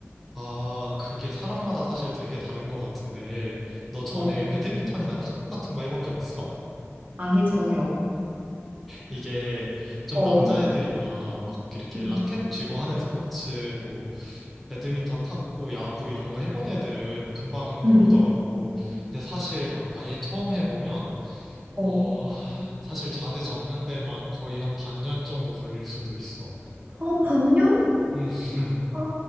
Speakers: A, in the centre; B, on the right.
A: 아, 그게 사람마다 사실 되게 다른 것 같은데, 너 전에
B: 어,
A: 배드민턴이나 탁구 같은 거 해본 적 있어?
B: 아니, 전혀.
A: 이게 좀
B: 어,
A: 남자애들이나 막 이렇게
B: 응,
A: 라켓 쥐고 하는 스포츠, 뭐, 배드민턴, 탁구, 야구 이런 거 해본 애들은 금방
B: 응,
A: 배우더라고. 근데 사실 막 아예 처음 해보면,
B: 어.
A: 어, 사실 자세 잡는 데만 거의 한 반년 정도 걸릴 수도 있어.
B: 아, 반년?
A: 음, <laughs>
B: 아,